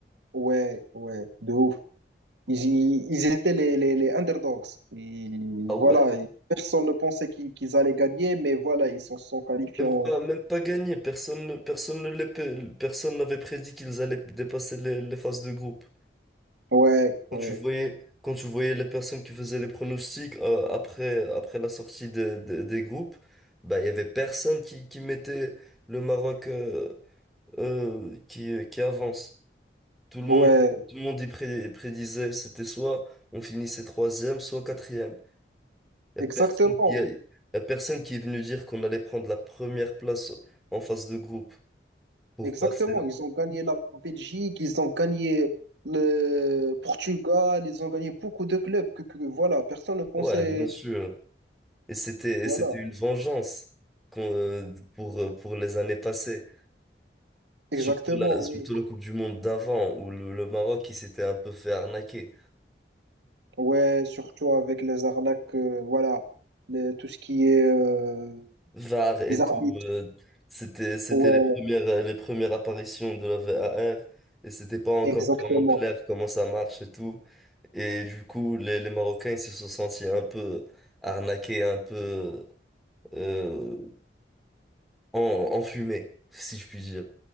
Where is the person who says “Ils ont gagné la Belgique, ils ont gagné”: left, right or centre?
Right